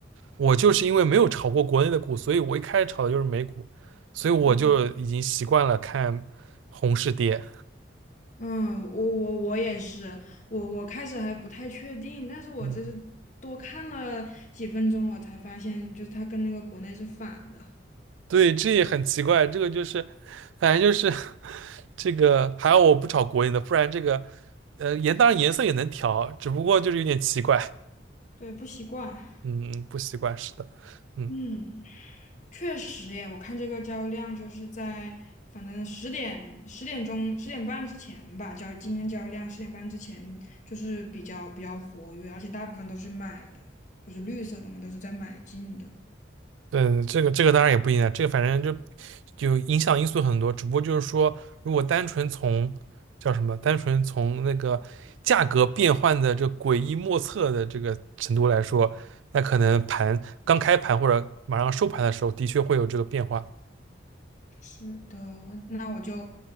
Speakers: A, on the right; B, on the left.
A: 我就是因为没有炒过国内的股，所以我一开始炒的就是美股，所以我就已经习惯了看红是跌。
B: 嗯。嗯，我我我也是，我我开始还不太确定，但是我就是多看了几分钟，
A: 嗯，
B: 我才发现，就是它跟那个国内是反的，
A: 对，这也很奇怪，这个就是，反正就是这个，还好我不炒国内的，不然这个，呃，颜当然颜色也能调，只不过就是有点奇怪，
B: 对，不习惯。
A: 嗯，不习惯，是的，嗯。
B: 嗯，确实耶，我看这个交易量就是在反正十点十点钟十点半之前吧，交今天交易量十点半之前就是比较比较活跃，而且大部分都是买的，不是绿色的嘛，都是在买进的。
A: 嗯，这个这个当然也不一样，这个反正就就影响因素很多，只不过就是说，如果单纯从叫什么，单纯从那个价格变换的这诡异莫测的这个程度来说，那可能盘刚开盘或者马上收盘的时候，的确会有这个变化，
B: 是的，我那我就，